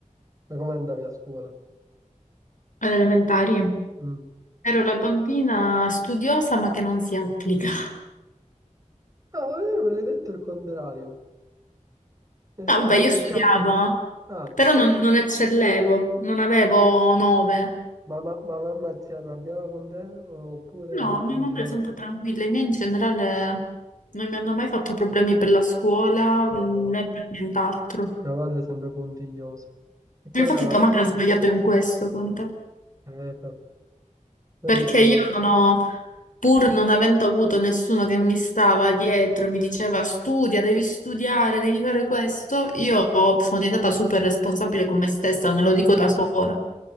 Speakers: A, on the right; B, on the left.
A: Ma come andavi a scuola?
B: alle elementari.
A: Mm.
B: Ero la bambina studiosa ma che non si applica.
A: Ah, io avrei detto il contrario. Nel
B: No,
A: senso
B: vabbè, io
A: che
B: studiavo,
A: ti appli...
B: eh.
A: Ah,
B: però non, non eccellevo, non avevo nove.
A: ma, ma- ma mamma si arrabbiava con te oppure
B: No, mia
A: ti
B: madre
A: diceva...
B: è sempre tranquilla, i miei in generale non mi hanno mai fatto problemi per la scuola
A: "No,
B: mm,
A: no, no,
B: né per nient'altro.
A: mia madre è sempre puntigliosa. E quella
B: Infatti
A: era la...
B: tua madre ha sbagliato in questo con te.
A: Eh, vabbè, sempre
B: Perché
A: stato...
B: io non ho, pur non avendo avuto nessuno che mi stava dietro e mi diceva studia, devi studiare, devi fare questo, io sono diventata super responsabile con me stessa, me lo dico da sola.